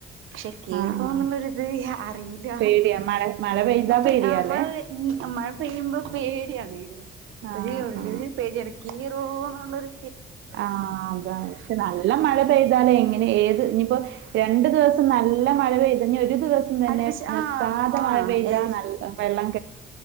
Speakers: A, on the right; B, on the right.
A: പക്ഷെ കേറാനുള്ളത്
B: ആഹ് ആഹ്
A: അറീല.
B: പേടിയാ മഴ മഴ പെയ്താ
A: അപ്പ
B: പേടിയാല്ലേ
A: മഴ മഴ പെയ്യുമ്പോ പേട്യാണ്.
B: ആഹ്
A: ഒരു ഉള്ളിലൊരു
B: ആഹ്
A: പേട്യാണ് ക്കേറോന്ന്ള്ളൊരു.
B: ആ അതാണ് പക്ഷെ നല്ല മഴ പെയ്താലേ എങ്ങനെ ഏത് ഇഞ്ഞിപ്പൊ രണ്ട് ദിവസം ന ല്ല മഴ പെയ്ത ഇനി ഒരു ദിവസം തന്നെ
A: അടുപ്പിച്ച്
B: നിർത്താതെ
A: ആഹ് ആഹ്
B: മഴ പെയ്താ
A: ഏ
B: നല്ല വെള്ള